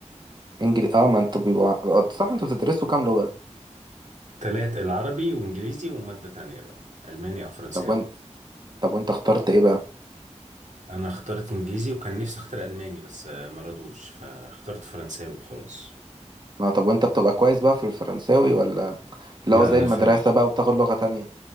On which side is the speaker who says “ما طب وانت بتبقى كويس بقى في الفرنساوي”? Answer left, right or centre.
Right